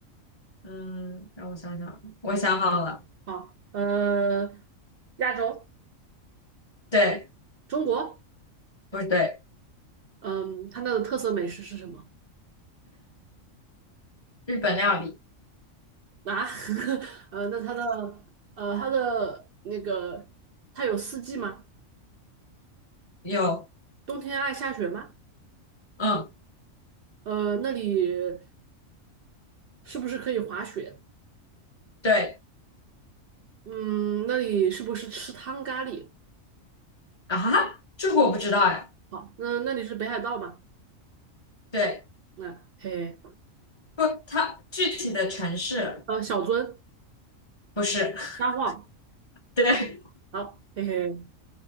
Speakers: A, on the left; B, on the right.
A: 嗯，让我想想，我想好了，
B: 好，呃，亚洲，
A: 对，
B: 中国，
A: 不对，
B: 嗯，它那的特色美食是什么？
A: 日本料理
B: 啊，<laughs> 呃，那它的呃，它的那个，它有四季吗？
A: 有，
B: 冬天爱下雪吗？
A: 嗯，
B: 呃，那里是不是可以滑雪？
A: 对。
B: 嗯，那里是不是吃汤咖喱？
A: 啊哈这个我不知道哎。
B: 好，那那里是北海道吗？
A: 对，
B: 那、嘿嘿，
A: 不，它具体的城市
B: 呃，小樽、
A: 不是，
B: 札幌，
A: <laughs> 对，
B: 好，嘿嘿，